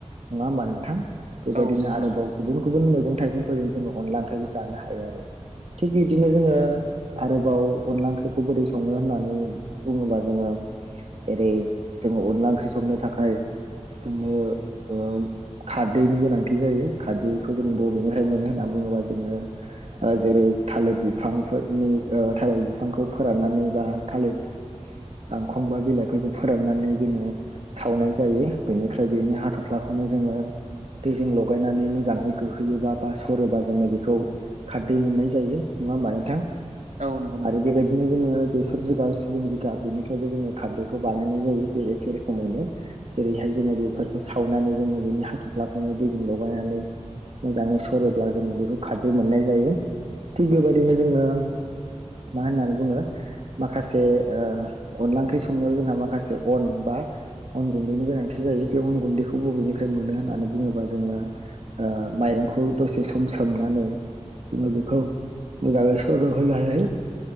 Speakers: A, on the right; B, on the right.
A: नङा होमबा नोंथां बेबायदिनो
B: औ नंगौ
A: आरोबाव
B: नोंथां
A: गुबुन गुबुन गुबुन मैगं थाइगंफोरजों जोङो अनला ओंख्रिखौ जानो हायो आरो थिग बिदिनो जोङो आरोबाव अनला ओंख्रि बेखौ बोरै सङो होननानै बुङोब्ला जोङो जेरै जोङो अनला ओंख्रि संनो थाखायुनो <unintelligible> खारदैनि गोनांथि जायो खारदैखौ जों बबेनिफ्राय मोनो होननानै बुङोबा जोङो जेरै थालिर बिफांफोरनि थालिर बिफांखौ फोराननानै बा थालिर दांखं बा बिलाइफोरखौ फोराननानै जोङो सावनाय जायो बेनिफ्राय बेनि हाथ'फ्लाखौनो जोङो दैजों लगायनानै मोजाङै गोहैयोबा बा सरोबा जोङो बेखौ खारदै मोननाय जायो नङा होमबा नोंथां
B: औ नंगौ नोंथां
A: आरो बेबायदि बिदिनो जोङो बेसर जिगाब सिबिं जिगाब बेनिफ्रायबो जोङो खारदैखौ बानायनाय जायो बे एखे रोखोमैनो जेरैहाय जोङो बेफोरखौ सावनानै जोङो बेनि हाथ'फ्लाखौनो दैजों लगायनानै मोजाङै सरोब्ला जोङो बेखौ खारदै मोननाय जायो थिग बेबायदिनो जोङो मा होन्नानै बुङो माखासे अनला ओख्रि संनायाव जोंहा माखासे अन बा अन गुन्दैनि गोनांथि जायो बे अन गुन्दैखौ बबेनिफ्राय मोनो होननानै बुङोबा जोङो ओ माइरंखौ दसे सम सोमनानै ा बिखौ म जागेसर ह लाह लाह <inaudible>